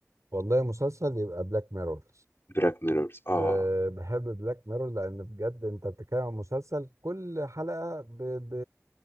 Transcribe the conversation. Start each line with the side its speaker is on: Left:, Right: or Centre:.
Right: والله مسلسل يبقى بلاك ميرور
Left: براك ميرورز اه
Right: أه بحب بلاك ميرور لان بجد انت بتتكلم عن مسلسل كل حلقة ب... ب...